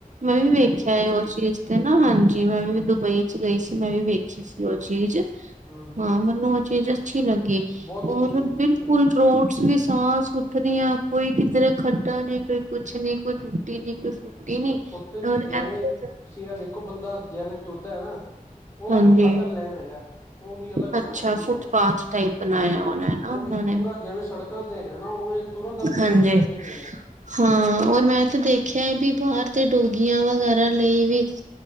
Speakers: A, on the right; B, on the left.
A: ਮੈਂ ਵੀ ਵੇਖਿਆ
B: ਬਿਲਕੁਲ
A: ਏ
B: ਜੀ
A: ਓਹ ਪੇਜ਼ ਤੇ ਨਾ, ਹਾਂਜੀ, ਮੈਂ ਵੀ ਦੁਬਈ ਚ ਗਈ ਸੀ ਮੈਂ ਵੀ ਵੇਖੀ ਸੀ ਓਹ ਚੀਜ਼।
B: ਹੂੰ, ਹੂੰ।
A: ਹਾਂ ਮੈਨੂੰ ਓਹ ਚੀਜ਼ ਅੱਛੀ ਲੱਗੀ
B: ਬਹੁਤ ਵਧੀਆ
A: ਔਰ
B: ਚੀਜ਼
A: ਬਿਲਕੁਲ
B: ਹੈ ਜੀ ਉਹ
A: ਰੋਡ ਸ ਵੀ ਸਾਫ਼-ਸੁਥਰੀਆਂ, ਕੋਈ ਕਿਧਰੇ ਖੱਡਾ ਨੀ ਕੋਈ ਕੁਛ ਨੀ, ਕੋਈ ਟੁੱਟੀ ਨੀ ਕੋਈ ਫੁੱਟੀ
B: ਹੂੰ,
A: ਨੀ,
B: ਉੱਥੇ ਜੀ
A: ਔਰ
B: ਜਿਵੇਂ
A: ਐਥੋਂ
B: ਤੁਸੀਂ ਐ ਦੇਖੋ ਬੰਦਾ ਜੈਵੇਂ ਤੁਰਦਾ ਐ ਨਾ ਓਦਾ
A: ਹਾਂਜੀ
B: ਵੀ ਅਲੱਗ ਲੈਣ ਹੈਗੈ, ਓਹ ਵੀ ਅਲੱਗ ਬਣਾਇਆ
A: ਅੱਛਾ
B: ਦਾ ਏ ਲੈਣ,
A: ਫੁੱਟਪਾਥ ਟਾਈਪ ਬਣਾਇਆ
B: ਹਾਂਜੀ।
A: ਹੋਣਾ ਹੈ ਨਾ
B: ਓਹ
A: ਉਹਨਾਂ
B: ਵੀ
A: ਨੇ
B: ਪੂਰਾ ਜੈਵੇਂ ਸੜਕਾਂ ਤੇ ਹੈਗੈ ਨਾ ਓਂਵੇਂ ਤੁਰਨ ਦਾ ਵੀ
A: ਹਾਂਜੀ
B: ਬਿਲਕੁਲ ਐਦਾਂ ਈ ਹੈਗੈ।
A: ਹਾਂ, ਔਰ ਮੈਂ ਤੇ ਦੇਖਿਆ ਬੀ ਭਾਰ ਤੇ ਡੋਗੀਆਂ ਵਗੈਰਾ ਲਈ ਵੀ